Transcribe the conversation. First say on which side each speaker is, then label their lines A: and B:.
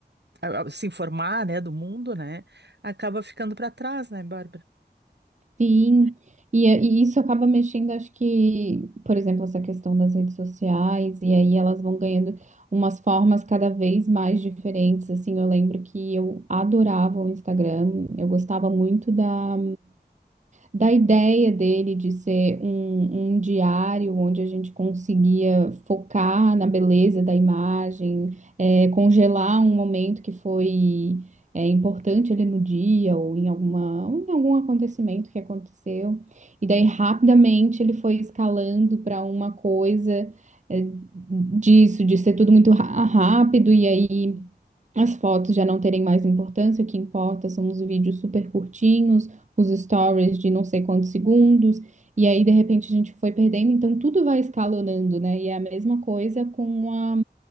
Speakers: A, on the right (about 70°); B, on the right (about 40°).
A: a- a- se informar, né, do mundo, né, acaba ficando para trás, né, Bárbara?
B: Sim, e, e isso acaba mexendo, acho que, por exemplo, essa questão das redes sociais, e aí elas vão ganhando umas formas cada vez mais diferentes, assim, eu lembro que eu adorava o Instagram, eu gostava muito da da ideia dele de ser um, um diário onde a gente conseguia focar na beleza da imagem, é, congelar um momento que foi é, importante ali no dia ou em alguma, ou em algum acontecimento que aconteceu. E daí rapidamente ele foi escalando para uma coisa é, disso, de ser tudo muito ra- rápido e aí.
A: Hum.
B: As fotos já não terem mais importância, o que importa são os vídeos super curtinhos, os stories de não sei quantos segundos, e aí de repente a gente foi perdendo, então tudo vai escalonando, né? E é a mesma coisa com a,